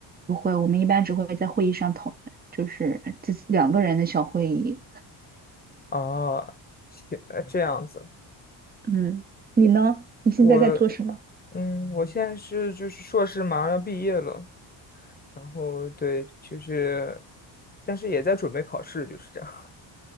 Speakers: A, on the right; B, on the left.
A: 不会，我们一般只会在会议上讨论，就是自己两个人的小会议。
B: 哦，行，呃这样子，
A: 嗯，你呢？你现在在做什么？
B: 我嗯，我现在是就是硕士马上要毕业了。然后对，就是，但是也在准备考试，就是这样。